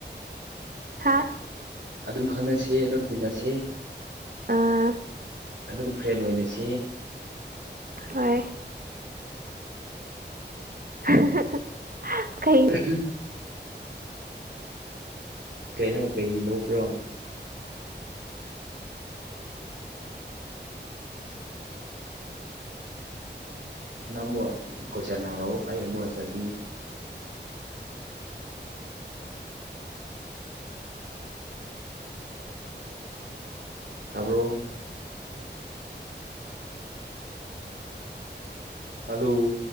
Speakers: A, on the right; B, on the right.
A: ꯍꯥꯥ
B: ꯑꯗꯨꯝ ꯈꯪꯅꯁꯤ ꯑꯗꯨꯝ ꯇꯤꯟꯅꯁꯤ
A: ꯑꯥ
B: ꯑꯗꯨꯝ ꯐ꯭ꯔꯦꯟ ꯑꯣꯏꯅꯁꯤ
A: ꯍꯣꯏ <unintelligible> ꯀꯩ
B: <unintelligible> ꯀꯩꯅꯣ ꯀꯩꯒꯤ ꯅꯣꯛꯄ꯭ꯔꯣ ꯅꯪ ꯑꯃꯨꯛ ꯀꯣꯢꯁꯥꯟ ꯍꯪꯔꯛꯑꯣ ꯑꯩ ꯑꯃꯨꯛ ꯑꯥꯟꯁꯥꯔ ꯄꯤꯒꯦ ꯇꯥꯕ꯭ꯔꫭ ꯍꯜꯂꯣ